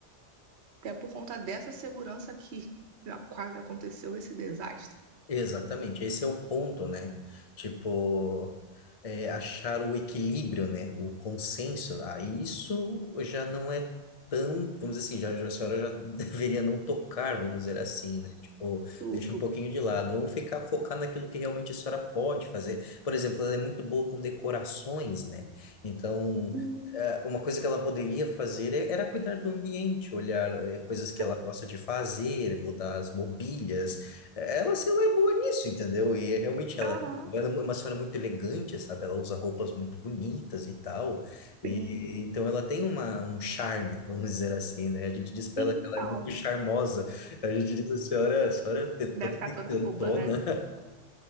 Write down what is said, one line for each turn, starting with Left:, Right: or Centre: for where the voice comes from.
Right: É por conta dessa segurança que <laughs> já quase aconteceu esse desastre.
Left: Exatamente, esse é o ponto, né? Tipo, é, achar o equilíbrio, né? O consenso. Ah, isso já não é tão, vamos dizer assim, já, já- a senhora já <laughs> deveria não tocar, vamos dizer assim, né? Tipo,
Right: Isso.
Left: deixa um pouquinho de lado. Vamos ficar focar naquilo que realmente a senhora pode fazer. Por exemplo, ela é muito boa com decorações, né? Então,
Right: Hum,
Left: eh, Uma coisa que ela poderia fazer é- era cuidar do ambiente, olhar eh, coisas que
Right: Sim,
Left: ela gosta de fazer, mudar as mobílias, ela, se lá, é boa nisso, entendeu? E é, realmente ela,
Right: aham,
Left: ela é uma senhora muito elegante, sabe? Ela usa roupas muito bonitas e tal. E
Right: sim.
Left: então ela tem uma, um charme, <laughs> vamos dizer assim, né? A gente diz para
Right: Então,
Left: ela que ela é muito charmosa. A gente diz, a senhora, a senhora é toda
Right: Deve ficar
Left: encantona.
Right: toda boba, né?